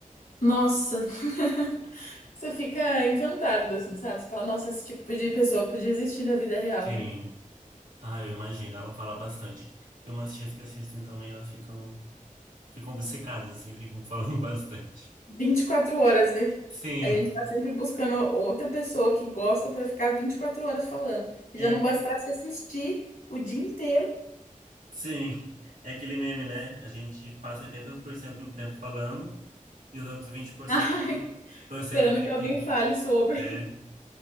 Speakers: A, on the left; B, on the right.
A: Nossa. <laughs> Você fica encantado, assim, sabe? Você fala, nossa, esse tipo de pessoa podia existir na vida real,
B: Sim.
A: né?
B: Ah, eu imagino, ela fala bastante. Tem umas tias que assistem também, elas ficam, ficam obcecadas, assim, ficam falando <laughs> bastante.
A: vinte e quatro horas, né?
B: Sim,
A: A gente tá sempre buscando outra pessoa que gosta pra ficar 24 horas falando. E
B: é,
A: já não
B: que-
A: bastasse assistir o dia inteiro,
B: sim, é aquele meme, né? A gente passa 80% do tempo falando e os outros vinte
A: <laughs>
B: por cento
A: ai,
B: torcendo
A: esperando
B: para
A: que
B: que...
A: alguém fale sobre.
B: É,